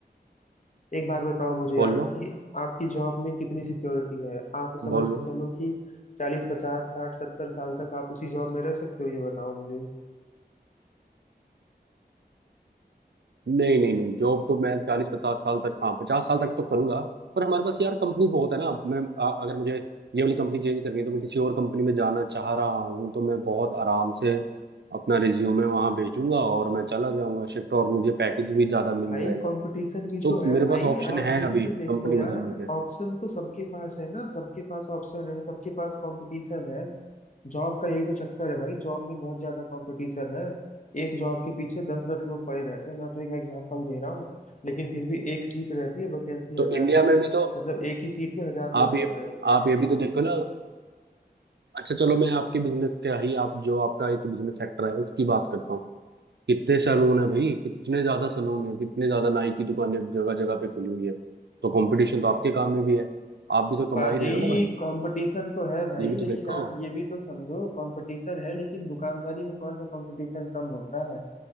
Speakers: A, on the left; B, on the right.
A: एक बात बताओ मुझे
B: बोलो
A: आप कि आपकी जॉब में कितनी सिक्योरिटी है आप समझ
B: बोलो
A: के चलो कि चालीस पचास साठ सत्तर साल तक आप उसी जॉब में रह सकते हो ये बताओ मुझे
B: नहीं नहीं नहीं जॉब तो मैं चालीस पचास साल तक हाँ पचास साल तक तो करूंगा पर हमारे पास यार कंपनी बहुत है ना मैं अ- अगर मुझे ये वाली कंपनी चेंज करनी है तो मैं किसी और कंपनी में जाना चाह रहा हूँ तो मैं बहुत आराम से अपना रिज्यूमे वहां भेजूंगा और मैं चला जाऊंगा शिफ्ट और मुझे पैकेज भी ज्यादा मिल
A: भाई
B: जाएगा
A: कंपटीशन भी
B: तो
A: तो है
B: मेरे
A: भाई
B: पास ऑप्शन
A: आप
B: है
A: ये
B: अभी
A: भी तो देखो
B: कंपनी
A: यार
B: बदलने के
A: ऑप्शन तो सबके पास है ना सबके पास ऑप्शन है सबके पास कंपटीशन है जॉब का यही तो चक्कर है भाई जॉब में बहुत ज्यादा कंपटीशन है एक जॉब के पीछे दस दस लोग पड़े रहते हैं मैं तो एक एग्जांपल दे रहा हूँ लेकिन फिर भी एक सीट रहती है वैकेंसी
B: तो
A: हजार
B: इंडिया
A: रह-
B: में भी तो
A: मतलब एक ही सीट पे हजार
B: आप
A: लोग
B: ये
A: लड़ रहे होते हैं
B: आप ये भी तो देखो ना अच्छा चलो मैं आपके बिजनेस का ही आप जो आपका एक बिजनेस सेक्टर है उसकी बात करता हूँ कितने सैलून है भाई कितने ज्यादा सैलून है कितने ज्यादा नाई की दुकानें जगह जगह पे खुली हुई है तो कंपटीशन तो आपके काम में भी है आप भी तो कमा
A: भाई
B: ही रहे हो ना भाई
A: कंपटीशन तो है भाई
B: ये भी तो
A: लेकिन
B: देखो
A: आप ये भी तो समझो कंपटीशन है लेकिन दुकानदारी में कौन सा कंपटीशन कम होता है